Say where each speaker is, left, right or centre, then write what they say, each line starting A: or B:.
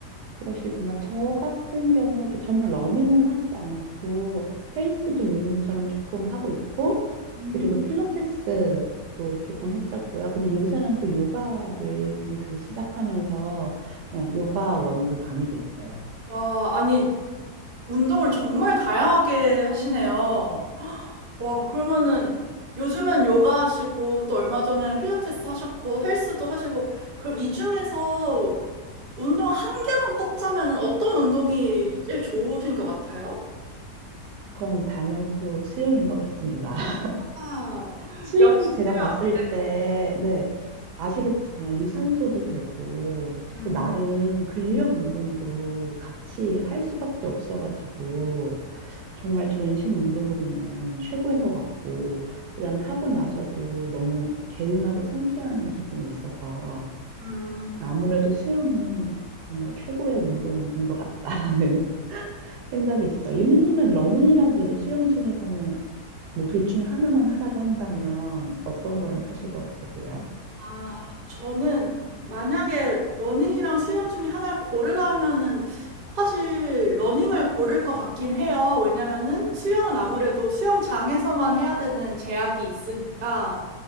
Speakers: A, on the right; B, on the right.
A: 그러시구나. 저 같은 경우도 저는 러닝은 하지 않고 헬스도 유민님처럼 조금 하고 있고
B: 음.
A: 그리고 필라테스도 조금 했었고요. 근데 요새는 또 요가를 좀 다시 시작하면서 네, 요가원도 다니고 있어요.
B: 와, 아니, 운동을 정말 다양하게 하시네요. 와, 그러면은 요즘은 요가 하시고 또 얼마 전에는 필라테스 하셨고 헬스도 하시고 그럼 이 중에서 운동 한 개만 꼽자면은 어떤 운동이 제일 좋으신 것 같아요?
A: 그건 단연코 수영인 것 같습니다. <laughs>
B: 아,
A: 수영이
B: 역시
A: 제가
B: 수영.
A: 봤을
B: 네.
A: 때, 네, 아시겠지만 유산소도 되고
B: 음,
A: 그리고 나름 근력 운동도 같이 할 수밖에 없어가지고 정말 전신 운동으로는 최고인 것 같고 그다음에 하고 나서도 너무 개운하고 상쾌한 기분이 있어서
B: 음.
A: 아무래도 수영이 정말 최고의 운동인 것 같다라는 <laughs> 생각이 있어. 유미님은 러닝이랑 그래도 수영 중에서는 뭐 둘 중에 하나만 하라고 한다면 어떤 걸 하실 것 같으세요?
B: 아, 저는 만약에 러닝이랑 수영 중에 하나를 고르라면은 사실 러닝을 고를 것 같긴 해요. 왜냐면은 수영은 아무래도 수영장에서만 해야 되는 제약이 있으니까